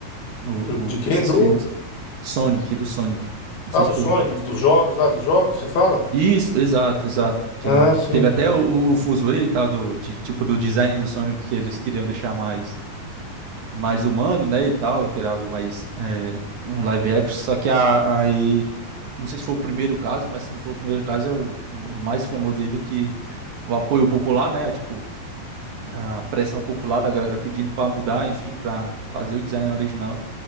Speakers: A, on the right; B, on the left.
A: o,
B: Do- De quem?
A: o- esses
B: Do?
A: filmes. Sonic, do Sonic. Não
B: Ah,
A: sei
B: do
A: se tu
B: Sonic, dos jogos lá, dos jogos, você fala?
A: isso, exato, exato. Que,
B: Ah,
A: a-
B: sim.
A: que teve até o, o, o fuzuê e tal, do, de, tipo, do design do Sonic que eles queriam deixar mais, mais humano, né, e tal, queria algo mais, é, um live action, só que a, aí, não sei se foi o primeiro caso, mas se não foi o primeiro caso, é o, o mais famoso aí do que o apoio popular, né, tipo, a pressão popular da galera pedindo para mudar, enfim, para fazer o design original.